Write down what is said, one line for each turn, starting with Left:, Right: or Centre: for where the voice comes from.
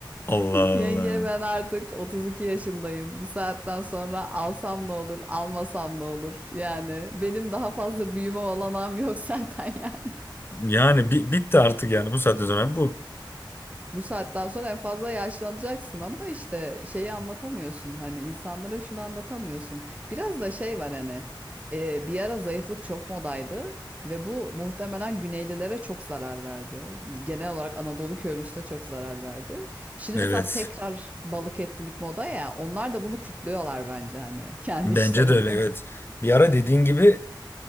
Left: Allah
Right: Yenge
Left: Allah.
Right: ben artık 32 yaşındayım. Bu saatten sonra alsam ne olur, almasam ne olur? Yani benim daha fazla büyüme olanağım yok <laughs> zaten yani.
Left: Yani bi- bitti artık yani bu saatten sonra bu.
Right: Bu saatten sonra en fazla yaşlanacaksın ama işte şeyi anlatamıyorsun hani insanlara şunu anlatamıyorsun. Biraz da şey var hani e, bir ara zayıflık çok modaydı ve bu muhtemelen Güneylilere çok zarar verdi. Genel olarak Anadolu köylüsüne çok zarar verdi. Şimdi
Left: Evet.
Right: mesela tekrar balık etlilik moda ya onlar da bunu kutluyorlar bence hani <laughs> kendi
Left: Bence
Right: işlerinde.
Left: de öyle evet. Bir ara dediğin gibi